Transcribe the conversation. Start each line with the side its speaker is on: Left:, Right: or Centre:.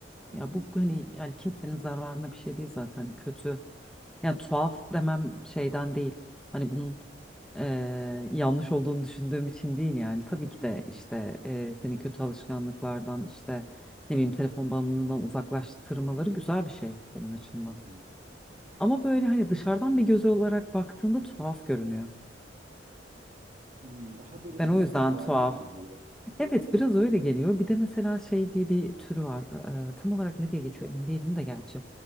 Right: Hı
Centre: ya
Right: hı.
Centre: bu hani yani kimsenin zararına bir şey değil zaten kötü. Yani tuhaf demem şeyden değil. Hani bunun eee, yanlış olduğunu düşündüğüm için değil yani. Tabii ki de
Right: Hı hı.
Centre: işte eee seni kötü alışkanlıklardan işte ne bileyim telefon bağımlılığından uzaklaştırmaları güzel bir şey senin açından.
Right: Hı hı.
Centre: Ama böyle hani dışarıdan bir göz olarak baktığında tuhaf görünüyor.
Right: Hımm, daha böyle
Centre: Ben
Right: tarikatvari
Centre: o yüzden tuhaf.
Right: mi geliyor?
Centre: Evet biraz öyle geliyor. Bir de mesela şey diye bir türü var. Ee, tam olarak ne diye geçiyor emin değilim de gerçi.